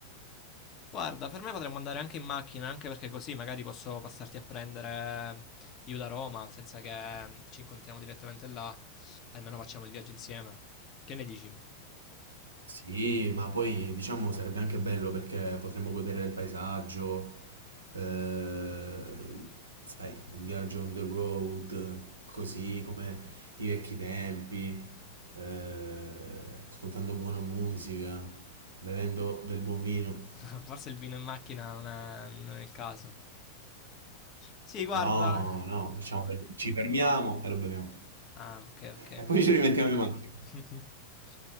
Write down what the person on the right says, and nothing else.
Sì, ma poi diciamo sarebbe anche bello perché potremmo godere del paesaggio, eh, sai, un viaggio on the road, così come i vecchi tempi, eh, ascoltando buona musica, bevendo del buon vino.
No, no, facciamo bel- ci fermiamo e lo beviamo.
E poi ci rimettiamo in macchina.